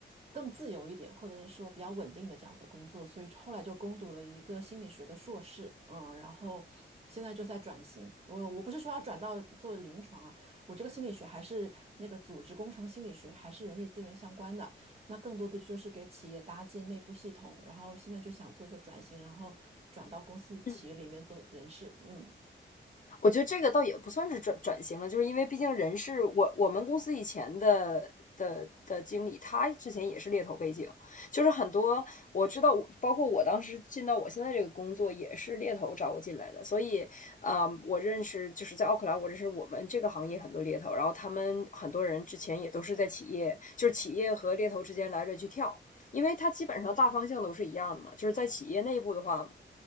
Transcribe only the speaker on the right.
更自由一点，或者是说比较稳定的这样子工作，所以后来就攻读了一个心理学的硕士，嗯，然后现在就在转型。我我不是说要转到做临床啊，我这个心理学还是那个组织工程心理学，还是人力资源相关的。那更多的就是给企业搭建内部系统，然后现在就想做一个转型，然后转到公司企业里面做人事。
嗯，